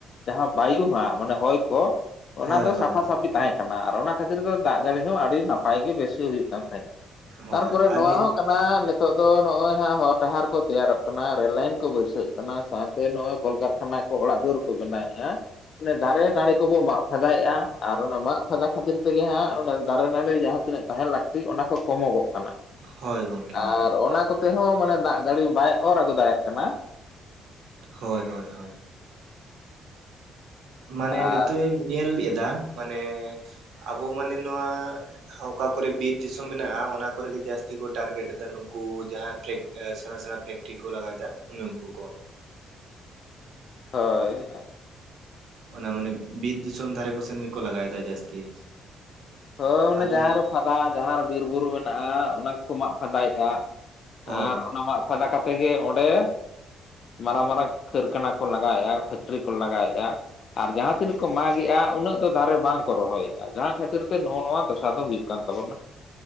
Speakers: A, on the left; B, on the right.
A: ᱡᱟᱦᱟᱸ ᱵᱟᱭᱩ ᱦᱟᱸᱜ ᱢᱟᱱᱮ ᱦᱚᱭ ᱠᱚ ᱚᱱᱟ
B: ᱦᱳᱭ
A: ᱫᱚ
B: ᱦᱳᱭ
A: ᱥᱟᱯᱷᱟ-ᱥᱟᱹᱯᱷᱤ
B: ᱦᱳᱭ
A: ᱛᱟᱦᱮᱸ ᱠᱟᱱᱟ ᱟᱨ ᱚᱱᱟ ᱠᱷᱟᱹᱛᱤᱨ ᱛᱮ ᱫᱟᱜᱽ ᱡᱟᱹᱲᱤ ᱦᱚᱸ ᱟᱹᱰᱤ ᱱᱟᱯᱟᱭ ᱜᱮ ᱵᱮᱥ ᱜᱤ ᱦᱩᱭᱩᱜ ᱠᱟᱱ ᱛᱟᱦᱮᱸᱫᱼᱟ
B: ᱦᱳᱭ
A: ᱛᱟᱨᱯᱚᱨᱮ
B: ᱟᱨ
A: ᱱᱚᱣᱟ
B: ᱱᱤᱛ
A: ᱦᱚᱸ ᱠᱟᱱᱟ ᱱᱤᱛᱚᱜ ᱫᱚ ᱱᱚᱜ-ᱚᱭ ᱦᱟᱸᱜ ᱦᱚᱨ ᱰᱟᱦᱟᱨ ᱠᱚ ᱛᱮᱭᱟᱨᱚᱜ ᱠᱟᱱᱟ ᱨᱮᱹᱞ ᱞᱟᱭᱤᱱ ᱠᱚ ᱵᱟᱹᱭᱥᱟᱹᱜ ᱠᱟᱱᱟ ᱛᱮ ᱱᱚᱜ-ᱚᱭ ᱠᱚᱞᱠᱟᱨᱠᱷᱟᱱᱟ ᱠᱚ ᱚᱲᱟᱜ ᱫᱩᱣᱟᱹᱨ ᱠᱚ ᱵᱮᱱᱟᱣᱮᱫ-ᱟ ᱚᱱᱮ ᱫᱟᱨᱮ ᱫᱟᱨᱮ ᱱᱟᱹᱲᱤ ᱠᱚᱵᱚ ᱢᱟᱜ ᱯᱷᱟᱫᱟᱭᱮᱫ-ᱟ ᱟᱨ ᱚᱱᱟ ᱢᱟᱜ ᱯᱷᱟᱸᱫᱟ ᱠᱷᱟᱹᱛᱤᱨ ᱛᱮᱜᱮ ᱦᱟᱸᱜ ᱚᱱᱟ ᱫᱟᱨᱮ ᱱᱟᱹᱲᱤ ᱡᱟᱦᱟᱸ ᱛᱤᱱᱟᱹᱜ ᱛᱟᱦᱮᱱ ᱞᱟᱹᱠᱛᱤ ᱚᱱᱟ ᱠᱚ ᱠᱚᱢᱚᱜᱚᱜ ᱠᱟᱱᱟ
B: ᱦᱳᱭ ᱜᱚᱢᱠᱮ
A: ᱟᱨ ᱚᱱᱟ ᱠᱚ ᱛᱮᱦᱚᱸ ᱢᱟᱱᱮ ᱫᱟᱜᱽ ᱡᱟᱹᱲᱤ ᱵᱟᱭ ᱚᱨ ᱟᱹᱜᱩ ᱫᱟᱲᱮᱭᱟᱜ ᱠᱟᱱᱟ
B: ᱦᱳᱭ ᱦᱳᱭ ᱦᱳᱭ ᱢᱟᱱᱮ
A: ᱟᱨ
B: ᱱᱤᱛᱚᱜ ᱧᱮᱞ ᱮᱫᱟ ᱢᱟᱱᱮ ᱟᱵᱚ ᱢᱟᱱᱮ ᱱᱚᱣᱟ ᱚᱠᱟ ᱠᱚᱨᱮ ᱵᱤᱨ ᱫᱤᱥᱚᱢ ᱢᱮᱱᱟᱜ-ᱟ ᱚᱱᱟ ᱠᱚᱨᱮ ᱜᱮ ᱡᱟᱹᱥᱛᱤ ᱠᱚ ᱴᱟᱨᱜᱮᱴ ᱮᱫᱟ ᱱᱩᱠᱩ ᱡᱟᱦᱟᱸ ᱯᱮᱨᱠ ᱮ ᱥᱮᱬᱟ ᱥᱮᱬᱟ ᱯᱷᱮᱠᱴᱨᱤ ᱠᱚ ᱞᱟᱜᱟᱣᱮᱫᱟ ᱩᱱ ᱩᱱᱠᱩ ᱠᱚ
A: ᱦᱳᱭ
B: ᱚᱱᱟ ᱢᱟᱱᱮ ᱵᱤᱨ ᱫᱤᱥᱚᱢ ᱫᱷᱟᱨᱮ ᱠᱚ ᱥᱮᱱ ᱜᱮᱠᱚ ᱞᱟᱜᱟᱣᱮᱫᱟ ᱡᱟᱹᱥᱛᱤ
A: ᱦᱳᱭ ᱚᱱᱮ
B: ᱟᱫᱚ
A: ᱡᱟᱦᱟᱸ ᱨᱮ ᱯᱷᱟᱫᱟ ᱡᱟᱦᱟᱸ ᱨᱮ ᱵᱤᱨ ᱵᱩᱨᱩ ᱢᱮᱱᱟᱜ-ᱟ ᱚᱱᱟ ᱠᱚᱠᱚ ᱢᱟᱜ ᱯᱷᱟᱫᱟᱭᱮᱫ-ᱟ
B: ᱦᱳᱭ
A: ᱟᱨ ᱚᱱᱟ ᱢᱟᱜ ᱯᱷᱟᱫᱟ ᱠᱟᱛᱮᱫ ᱜᱮ ᱚᱸᱰᱮ ᱢᱟᱨᱟᱝ ᱢᱟᱨᱟᱝ ᱠᱟᱹᱨᱠᱷᱟᱱᱟ ᱠᱚ ᱞᱟᱜᱟᱣᱮᱫ-ᱟ ᱯᱷᱮᱠᱴᱨᱤ ᱠᱚ ᱞᱟᱜᱟᱣᱮᱫ-ᱟ ᱟᱨ ᱡᱟᱦᱟᱸ ᱛᱤᱱᱟᱹᱜ ᱠᱚ ᱢᱟᱜᱮᱫ-ᱟ ᱩᱱᱟᱹᱜ ᱫᱚ ᱫᱟᱨᱮ ᱵᱟᱝ ᱠᱚ ᱨᱚᱦᱚᱭᱮᱫ-ᱟ ᱡᱟᱦᱟᱸ ᱠᱷᱟᱹᱤᱨ ᱱᱚᱜ-ᱚ ᱱᱚᱣᱟ ᱫᱚᱥᱟ ᱫᱚ ᱦᱩᱭᱩᱜ ᱠᱟᱱ ᱛᱟᱵᱚᱱᱟ